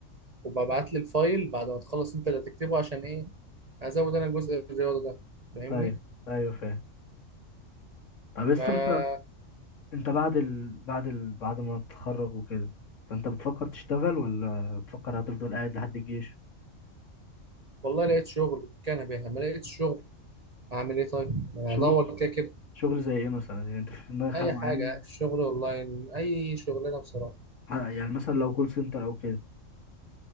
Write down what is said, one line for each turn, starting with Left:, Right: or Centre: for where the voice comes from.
Right: وببعت لي الفايل بعد ما تخلص انت اللي هتكتبه عشان ايه ازود انا جزء الرياضه ده فاهمني
Left: ايوه ايوه فاهم طب لسه
Right: ف
Left: انت انت بعد ال... بعد ال... بعد ما تتخرج وكده فانت بتفكر تشتغل ولا بتفكر هتفضل قاعد لحد الجيش
Right: والله لقيت شغل كان بيها ما لقيتش شغل هعمل ايه طيب ما أنا
Left: شغل
Right: هدور كده كده
Left: شغل زي ايه مثلا يعني انت في دماغك حاجه
Right: اي
Left: معينه
Right: حاجه شغل اونلاين اي شغلانه بصراحه
Left: ح- يعني مثلا لو كول سنتر او كده